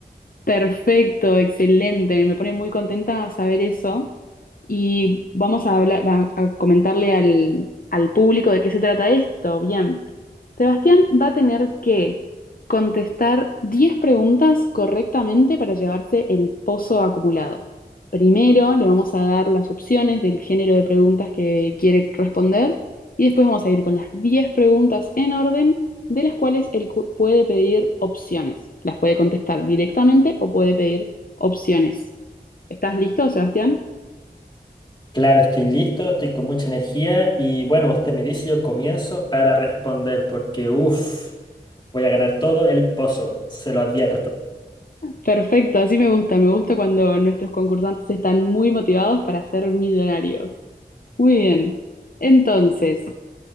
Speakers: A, on the left (about 55°); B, on the left (about 25°).
A: Perfecto, excelente. Me pone muy contenta saber eso. Y vamos a hablar, va- a comentarle al, al público de qué se trata esto. Bien. Sebastián va a tener que contestar 10 preguntas correctamente para llevarse el pozo acumulado. Primero le vamos a dar las opciones del género de preguntas que quiere responder y después vamos a ir con las 10 preguntas en orden de las cuales él cu- puede pedir opciones. Las puede contestar directamente o puede pedir opciones. ¿Estás listo, Sebastián?
B: Claro, estoy listo, estoy con mucha energía y bueno, usted me dice, yo comienzo para responder porque uff, voy a ganar todo el pozo, se lo advierto.
A: Perfecto, así me gusta. Me gusta cuando nuestros concursantes están muy motivados para ser millonarios. Muy bien. Entonces,